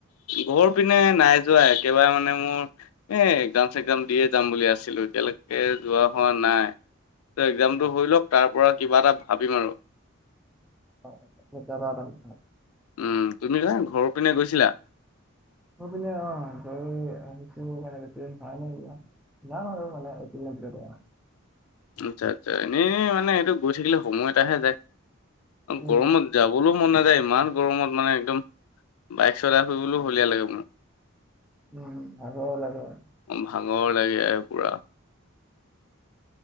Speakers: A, on the left; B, in the centre.
A: ঘৰ পিনে নাই যোৱা একেবাৰে মানে মোৰ, এ এক্সাম চেক্সাম দিয়ে যাম বুলি আছিলো এতিয়ালৈকে যোৱা হোৱা নাই, এক্সামটো
B: হয়,
A: হৈ লওক তাৰ পৰা কিবা এটা ভাবিম আৰু,
B: হয় প্ৰচাৰ আৰাম হয়,
A: উম্ তুমি কা ঘৰৰ পিনে গৈছিলা?
B: অ আমাৰ পানে অ হেৰি মানে, না না না এইকেইদিনৰ ভিতৰতে যাম,
A: উম্ আচ্ছা আচ্ছা এনেই মানে এইটো গৈ থাকিলে সময় এটাহে যায়,
B: উম
A: গৰমত যাবলৈও মন নাযায় ইমান গৰমত মানে একদম বাইক চলাই ফুৰিবলৈও হলিয়া লাগে মোৰ।
B: উম্ উম্ ভাগৰু লাগে।
A: উম্ ভাগৰ লাগে পুৰা,